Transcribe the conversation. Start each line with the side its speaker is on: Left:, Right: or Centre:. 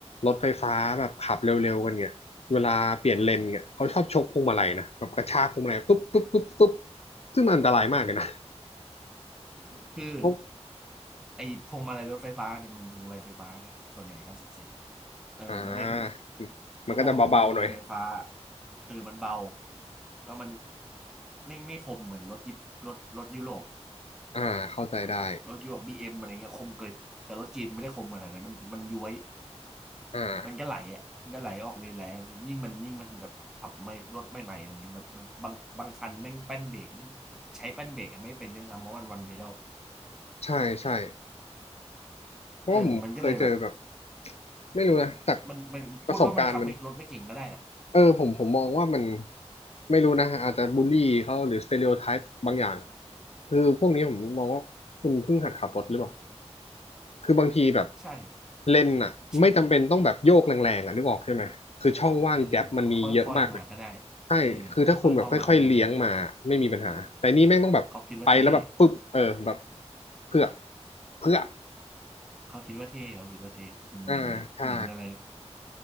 Left: รถไฟฟ้าแบบขับเร็วๆกันเนี่ยเวลาเปลี่ยนเลนเนี่ยเขาชอบชกพวงมาลัยนะแบบกระชากพวงมาลัยปุ๊บปุ๊บปุ๊บปุ๊บซึ่งมันอันตรายมากเลยนะ
Centre: คือ
Left: เขา
Centre: ไอ้พวงมาลัยรถไฟฟ้าเนี่ยมันพวงมาลัยไฟฟ้าเนี่ยส่วนใหญ่เก้าสิบเซนเออแล้วแม่ง
Left: อ่า
Centre: แล้วพอมันเป็นพวงมาลัยไฟฟ้า
Left: มันก็จะเบาๆหน่อย
Centre: เออมันเบาแล้วมันไม่ไม่คมเหมือนรถยิปรถรถยุโรป
Left: อ่าเข้าใจได้
Centre: รถยุโรปบีเอ็มอะไรเงี้ยคมกริบแต่รถจีนไม่ได้คมขนาดนั้นมันมันย้วย
Left: อ่า
Centre: มันก็ไหลอ่ะมันก็ไหลออกเลยแหละยิ่งมันยิ่งมันแบบขับไม่รถไม่ใหม่อะไรเงี้ยแบบมันบางบางคันแม่งแป้นเบรกไม่ใช้แป้นเบรกอะไม่เป็นด้วยซ้ำเพราะมันวันเพดล
Left: ใช่ใช่เพราะว่าผมเคยเจอแบบ
Centre: เออมันก็เลยแบบ
Left: ไม่รู้นะจาก
Centre: มันมันพูดว่ามันขับไม่รถไม่เก่งก็ได้แหละ
Left: ประสบการณ์มัน เออผมผมมองว่ามันไม่รู้นะฮะอาจจะบูลลี่เขาหรือสเต r e o โอไทป์บางอย่างคือพวกนี้ผมมองว่าคุณเพิ่งหัดขับรถหรือเปล่าคือบางทีแบบ
Centre: ใช่
Left: เลนน่ะไม่จำเป็นต้องแบบโยกแรงๆอ่ะนึกออกใช่ไหมคือช่องว่างแก๊ปมันมีเยอะมากเลย
Centre: ใช่เออค่อยๆมาก็ได้
Left: ใช่คือถ้าคุณแบบค่อยๆเลี้ยงมาไม่มีปัญหาแต่นี่แม่งต้องแบบไปแล้วแบบปึ๊บเออแบบ
Centre: เออค่อยๆเข้ามาก็ได้เขาคิดว่าเท่
Left: เพื่อเพื่อ
Centre: เขาคิดว่าเท่เขาคิดว่าเท่เหมือนเหมือนอะไร
Left: อ่าใช่